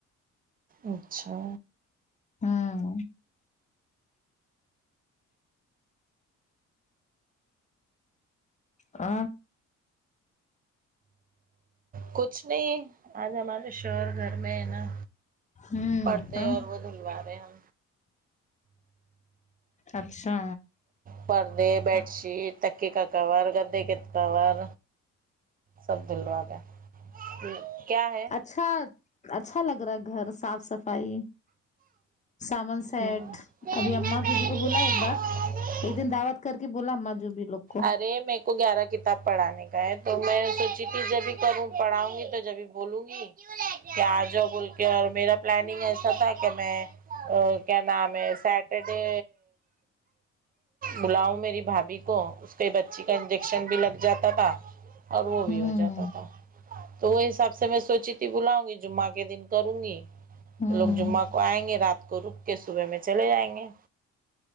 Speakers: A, on the right (about 30°); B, on the left (about 25°).
A: اچھا
B: ہاں آ
A: کچھ نہیں آج ہمارے شوہر گھر میں ہے نا
B: ہوں
A: پردے
B: تو
A: اور وہ دلوا رہے ہم
B: اچھا
A: پردے بیڈ شیٹ تکے کا کور گدے کے کور سب دلوا رے کیا ہے
B: اچھا اچھا لگ رہا ہے گھر صاف صفائی سامن سیٹ
A: ہوں تیری
B: ابھی امما
A: نہ میری
B: جوبی کو بولا
A: ہے
B: ایک بار ایک دن دعوت کر کے بولا اما جو بھی لوگ کو
A: ارے میں کو گیارہ کتاب پڑھانے کا ہے تو میں سوچی تھی جب ھی کروں پڑھاؤں گی تو جب ھی بولوں گی کیا جاؤ بول کے اور میرا پلاننگ ایسا تھا کہ میں کیا نام ہے سٹرڈے بلاؤ میری بھابھی کو اس کے بچی کا انجیکشن بھی لگ جاتا تھا اور وہ بھی
B: ہوں
A: ہو جاتا تھا تو وہ حساب سے میں سوچی تھی بلاؤں گی جمعہ کے دن کروں گی
B: ہوں
A: وہ لوگ جمعہ کو آئیں گے رات کو رک کے صبح میں چلے جائیں گے